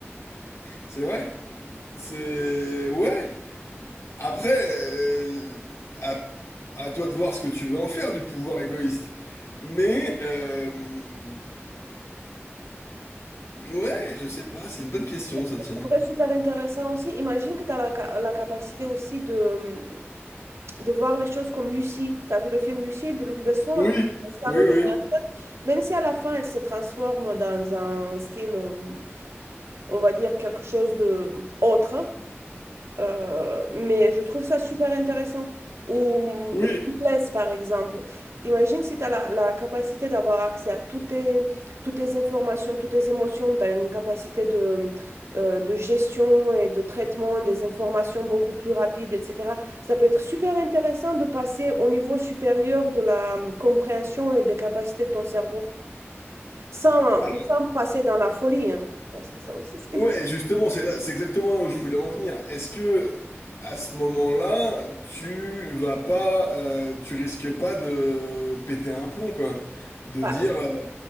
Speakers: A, on the left; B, on the right.
A: C'est vrai, c'est ouais. Après, euh, à, à toi de voir ce que tu veux en faire du pouvoir égoïste. Mais, euh, ouais, je sais pas, c'est une bonne question,
B: Je
A: ça tient.
B: trouverais super intéressant aussi. Imagine que tu as la, ca- la capacité aussi de, de voir les choses comme Lucie. Tu as vu le film Lucie de Luc Besson
A: Oui,
B: avec Scarlett
A: oui, oui,
B: Johansson. Même si à la fin, elle se transforme dans un style, euh, on va dire, quelque chose de autre, hein, euh, mais je trouve ça super intéressant. Ou hum,
A: oui.
B: les templates, par exemple. Imagine si tu as la, la capacité d'avoir accès à toutes tes, toutes tes informations, toutes tes émotions, tu as une capacité de, euh, de gestion et de traitement des informations beaucoup plus rapide, etc. Ça peut être super intéressant de passer au niveau supérieur de la hum, compréhension et des capacités de ton cerveau, sans,
A: Ah,
B: sans passer dans la folie, hein, parce que ça aussi, c'est...
A: Ouais, justement, c'est là, c'est exactement là où je voulais en venir. Est-ce que, à ce moment-là, tu vas pas, euh, tu risques pas de péter un plomb, quoi? De
B: <laughs>
A: dire, euh,